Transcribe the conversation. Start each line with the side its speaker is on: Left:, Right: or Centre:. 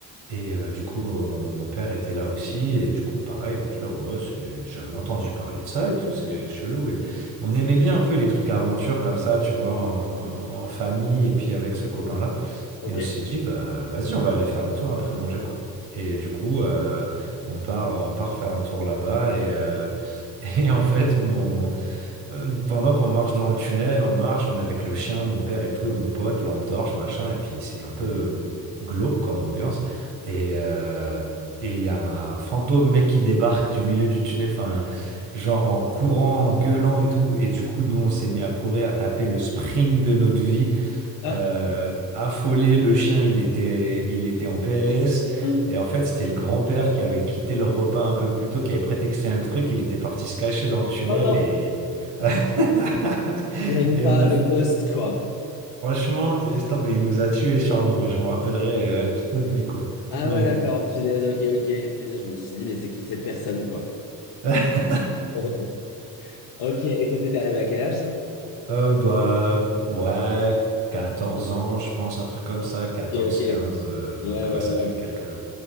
Right: Et euh, du coup, mon, mon père était là aussi, et du coup, pareil, il me dit là, ouais, c'est- j'ai jamais entendu parler de ça et tout, c'est chelou. Et on aimait bien un peu les trucs aventures comme ça, tu vois, en, en famille, et puis avec ce copain-là.
Left: ok.
Right: Et on s'est dit, bah, vas-y, on va aller faire un tour après manger, quoi. Et du coup, euh, on part, on part faire un tour là-bas, et, euh, <laughs> et en fait, mon, euh, Pendant qu'on marche dans le tunnel, on marche, on est avec le chien, mon père et tout, et mon pote, lampe torche, machin, et puis c'est un peu glauque comme ambiance. Et euh, et il y a un fantôme mec qui débarque du milieu du tunnel, enfin, genre en courant, en gueulant et tout. Et du coup, nous, on s'est mis à courir, à taper le sprint de notre vie
Left: Ah,
Right: euh, affolé. Le chien, il était, il était en PLS.
Left: ah,
Right: Et en fait, c'était le grand-père qui avait quitté le repas un peu plus tôt, qui avait prétexté un truc. Il était parti se cacher dans le tunnel
Left: oh non,
Right: et, <laughs>
Left: même
Right: et
Left: pas
Right: on a,
Left: le ghost quoi.
Right: franchement, laisse tomber, il nous a tués sur le moment. Je me rappellerai euh, ouais, toute notre vie, quoi.
Left: Ah
Right: Toute ma
Left: ouais,
Right: vie.
Left: d'accord, punaise, ok, ok, punaise, je me suis dit, mais c'est qui cette personne quoi?
Right: <laughs>
Left: <laughs> Ok, et ça t'était arrivé à quel âge ça?
Right: Euh, bah, ouais, 14 ans, je pense, un truc comme ça, quatorze,
Left: Ok, ok, ouais,
Right: quinze. euh, donc,
Left: ouais,
Right: ouais,
Left: ouais,
Right: ça fait
Left: ouais,
Right: quelques.